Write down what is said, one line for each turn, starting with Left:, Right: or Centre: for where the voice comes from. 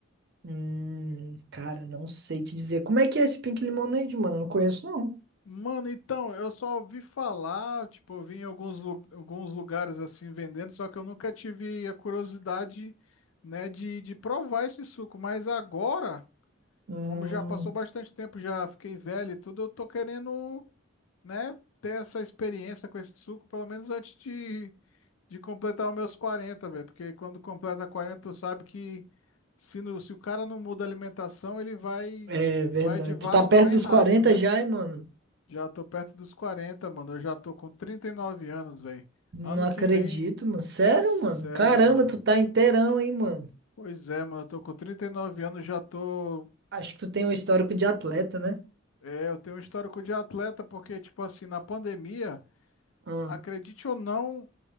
Right: Hum, cara, não sei te dizer. Como é que é esse Pink Lemonade, mano? Eu não conheço não.
Left: Mano, então, eu só ouvi falar, tipo, eu vi em alguns, lu- alguns lugares assim vendendo, só que eu nunca tive a curiosidade, né, de, de provar esse suco, mas agora,
Right: Hum,
Left: como já passou bastante tempo, já fiquei velho e tudo, eu tô querendo né, ter essa experiência com esse suco, pelo menos antes de, de completar os meus 40, velho. Porque quando completa 40, tu sabe que se, no- se o cara não muda a alimentação, ele vai,
Right: é verdade.
Left: vai de Vasco
Right: Tu tá perto
Left: bem
Right: dos
Left: rápido,
Right: 40
Left: né?
Right: já, hein, mano?
Left: Já tô perto dos 40, mano. Eu já tô com 39 anos, velho.
Right: Não
Left: Ano
Right: acredito,
Left: que vem,
Right: mano. Sério,
Left: sério,
Right: mano? Caramba,
Left: mano.
Right: tu tá inteirão, hein, mano?
Left: Pois é, mano, eu tô com 39 anos, já tô.
Right: Acho que tu tem um histórico de atleta, né?
Left: É, eu tenho um histórico de atleta, porque, tipo assim, na pandemia,
Right: Ah.
Left: acredite ou não,